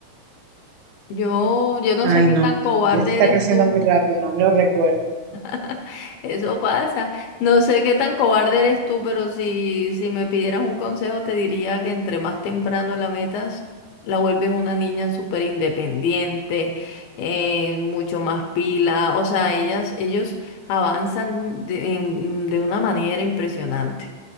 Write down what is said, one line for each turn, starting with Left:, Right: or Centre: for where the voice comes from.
Left: Yo, yo no
Right: Ay,
Left: sé qué
Right: no,
Left: tan cobarde
Right: Celeste está
Left: eres
Right: creciendo
Left: tú.
Right: muy rápido, no me lo recuerdo.
Left: <laughs> Eso pasa. No sé qué tan cobarde eres tú, pero si, si me pidieras un consejo, te diría que entre más temprano la metas, la vuelves una niña súper independiente, eh, mucho más pila. O sea, ellas, ellos avanzan de, en- de una manera impresionante